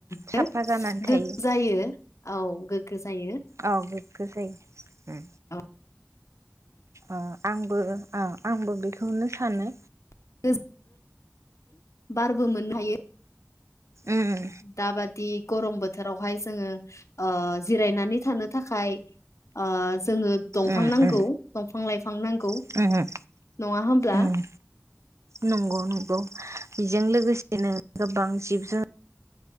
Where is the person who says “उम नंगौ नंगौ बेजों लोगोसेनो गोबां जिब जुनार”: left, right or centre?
Right